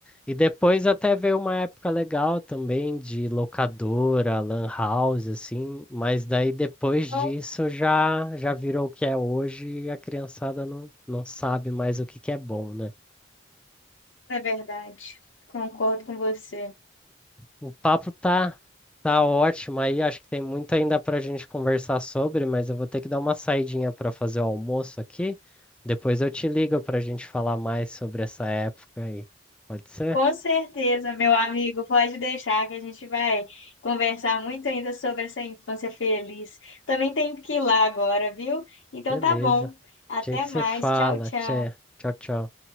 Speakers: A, in the centre; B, on the left.
A: E depois até veio uma época legal também de locadora, lan house, assim, mas daí depois
B: Então,
A: disso já já virou o que é hoje e a criançada não, não sabe mais o que que é bom, né?
B: É verdade. Concordo com você.
A: O papo tá tá ótimo aí, acho que tem muito ainda pra gente conversar sobre, mas eu vou ter que dar uma saidinha para fazer o almoço aqui. Depois eu te ligo pra gente falar mais sobre essa época aí. Pode ser?
B: Com certeza, meu amigo, pode deixar que a gente vai conversar muito ainda sobre essa infância feliz. Também tenho que ir lá agora, viu? Então
A: Beleza.
B: tá bom. Até
A: A gente se
B: mais.
A: fala.
B: Tchau, tchau.
A: Tchê. Tchau, tchau.